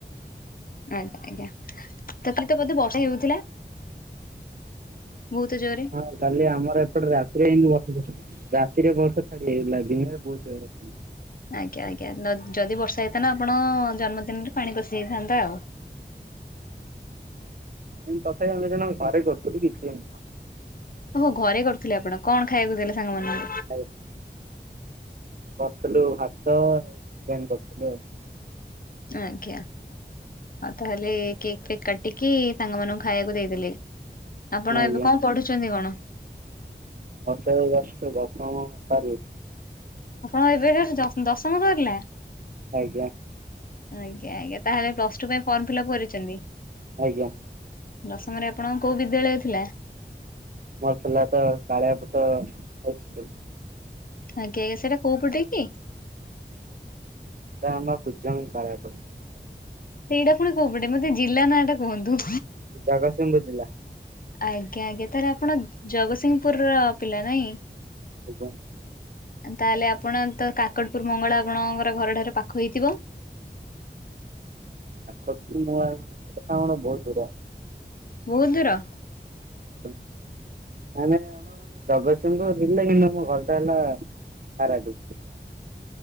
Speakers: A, on the left (about 50°); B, on the right (about 50°).
A: ଆଜ୍ଞା ଆଜ୍ଞା ତକାଲି ବୋଧେ ବର୍ଷା ହେଉଥିଲା? ବହୁତ ଜୋରରେ?
B: ହଁ କାଲି ଆମର ଏପଟେ ରାତିି ହିଁ ବର୍ଷା ଧୀରେ ଚଲା ରାତିରେ ବର୍ଷ ଛାଡି ଯାଇଥିଲା ଦିନରେ ବହୁତ ଜରଥିଲା।
A: ଆଜ୍ଞା ଆଜ୍ଞା ନ ଯଦି ବର୍ଷା ହେଇଥାନ୍ତା ଆପଣ ଜନ୍ମଦିନରେ ପାଣି ପଶିଯାଇଥାନ୍ତା ଆଉ।
B: ହୁଁ ତଥାପି ଆମେ ଘରେକରୁ ଥିଲୁ କିଛି ହେଇନଥାନ୍ତା।
A: ଓହ ଘରେ କରୁଥିଲେ ଆପଣ କଣ ଖାଇବାକୁ ଦେଲେ ସାଙ୍ଗମାନଙ୍କୁ?
B: ହାଏ। କରିଥିଲୁ ଭାତ ଆଉ ଚିକେନ କରିଥିଲୁ ଆଉ।
A: ଆଜ୍ଞା। ଆଉ ତାହେଲେ କେକ୍ ଫେକ୍ କାଟିକି ସାଙ୍ଗ ମାନଙ୍କୁ ଖାଇବାକୁ ଦେଇଦେଲେ?
B: ଆଉ
A: ଆପଣ
B: ଆଜ୍ଞା।
A: ଏବେ କଣ ପଢୁଛନ୍ତି କଣ?
B: ମତେ ଏ ବର୍ଷ ଦଶମ ସରି
A: ଆପଣ ଏବେ ଜସ ଦସ ଦଶମ ସରିଲା?
B: ଆଜ୍ଞା।
A: ଆଜ୍ଞା ଆଜ୍ଞା ତାହେଲେ ପ୍ଲସ୍ ଟୁ ପାଇଁ ଫର୍ମ ଫିଲିପ୍ପ୍ କରିଛନ୍ତି?
B: ଆଜ୍ଞା।
A: ଦଶମରେ ଆପଣଙ୍କର କୋଉ ବିଦ୍ୟାଳୟ ଥିଲା?
B: ମୋର ଥିଲା ତ ଶାଳିଆ ପଟା ହାଇସ୍କୁଲୁ।
A: ଆଜ୍ଞା ଆୟା ସେଟା କୋଉ ପଟେ କି?
B: ସେଟା ଆମ କୁଜଙ୍ଗ କାଳୀଆ ପଡା।
A: ସେଇଟା ପୁଣି କୋଉ ପଟେ ମତେ ଜିଲ୍ଲା ନାଁ ଟା କୁହନ୍ତୁ?
B: ଜଗସିଂପୁ ଜିଲ୍ଲା।
A: ଆଜ୍ଞା ଆଜ୍ଞା ତାଲେ ଆପଣ ଜଗତସିଂହପୁର ର ପିଲା ନାଇଁ।
B: ଆଜ୍ଞା।
A: ତାହେଲେ ଆପଣ ତ କାକଟପୁରୁ ମଙ୍ଗଳା ଆପଣଙ୍କର ଘର ଠାରୁ ପାଖ ହୋଇଥିବ?
B: କାଟପୁରୁ ମଙ୍ଗଳା ବହୁତ ଦୂର।
A: ବୁତୁ ଦୂର।
B: <inaudible> ଆମେ ଆଉ। ହ ମାନେ ଜଗତସିଂହ ପୁରୁଜିଲା କିନ୍ତୁ ଆମ ଘରଟା ହେଲା ପାରାଦୀପ।